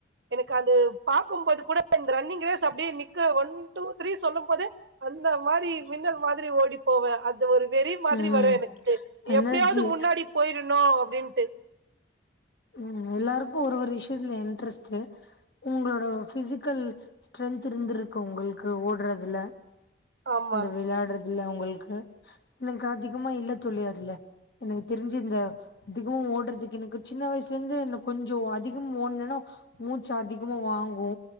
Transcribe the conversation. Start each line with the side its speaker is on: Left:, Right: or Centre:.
Right: எனக்கு அது பாக்கும்போது கூட இந்த ரன்னிங் ரேஸ் அப்டியே நிக்க ஒன் டூ த்ரீ சொல்லும் போதே அந்த மாரி மின்னல் மாரி ஓடி போவே அ அது ஒரு வெறி மாரி
Left: ம்
Right: வரு எனக்கு
Left: எனர்ஜி
Right: எப்டியாவது முன்னாடி போயிரனு அப்டீன்ட்டு
Left: உம் எல்லாருக்கு ஒரு ஒரு விஷயத்ல இன்ட்ரெஸ்ட்டு உங்களோட பிசிக்கல் ஸ்ட்ரென்த் இருந்துருக்கு உங்களுக்கு ஓடுறதுல
Right: ஆமா
Left: இந்த விளாடுற துல ஒங்களுக்கு எனக்கு அதிகமா இல்ல தோழி அதுல எனக்கு தெரிஞ்சு இந்த அதிகமா ஓடுறதுக்கு எனக்கு சின்ன வயசுல இருந்து என்ன கொஞ்சோ அதிகம் ஓடுனன்னா மூச் சு அதிகமா வாங்கு